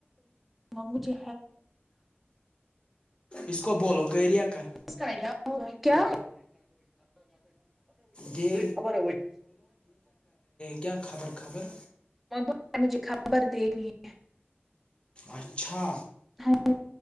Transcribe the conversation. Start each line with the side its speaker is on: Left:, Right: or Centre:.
Centre: مجھے
Left: اس کو بولو کریا کر
Centre: کا کیا
Left: دے
Centre: خبر
Left: کیایا خبر خبر
Centre: اور مجھے خبر دیکھنی ہے
Left: اچھا
Centre: ہے